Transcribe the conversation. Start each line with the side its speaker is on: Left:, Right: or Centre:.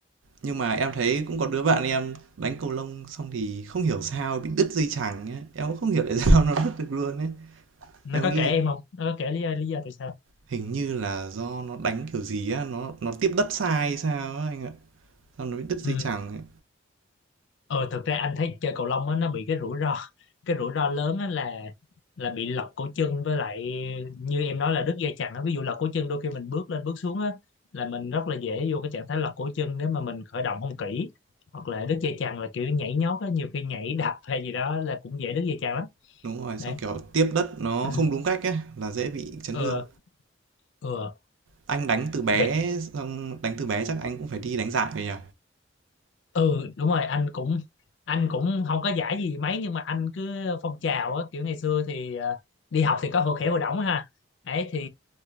Right: nhưng mà em thấy cũng có đứa bạn em đánh cầu lông xong thì không hiểu sao bị đứt dây chằng ấy. Em cũng không hiểu tại sao <laughs> nó đứt được luôn ấy.
Left: nó
Right: Em
Left: có
Right: nghĩ
Left: kể em không nó có kể lý do lý do tại
Right: hình như là do nó đánh kiểu gì á, nó nó tiếp đất sai sao á anh ạ. Xong nó bị đứt dây
Left: sao
Right: chằng ấy.
Left: Ờ thật ra anh thấy chơi cầu lông á nó bị cái rủi ro cái rủi ro lớn á là là bị lật cổ chân với lại như em nói là đứt dây chằng á ví dụ lật cổ chân đôi khi mình bước lên bước xuống á là mình rất là dễ vô cái trạng thái lật cổ chân nếu mà mình khởi động không kỹ hoặc là đứt dây chằng là kiểu nhảy nhót á nhiều khi nhảy đập hay gì đó là cũng dễ đứt dây chằng lắm
Right: Đúng rồi, xong
Left: đấy
Right: kiểu tiếp đất nó
Left: <clears throat>
Right: không đúng cách ấy là dễ bị chấn
Left: ừ
Right: thương.
Left: ừ,
Right: Anh đánh từ bé
Left: ừ.
Right: xong đánh từ bé chắc anh cũng phải đi đánh giải rồi nhỉ?
Left: ừ đúng rồi anh cũng anh cũng không có giải gì mấy nhưng mà anh cứ phong trào á kiểu ngày xưa thì ờ, đi học thì có hội khỏe hội đỏng ha ấy thì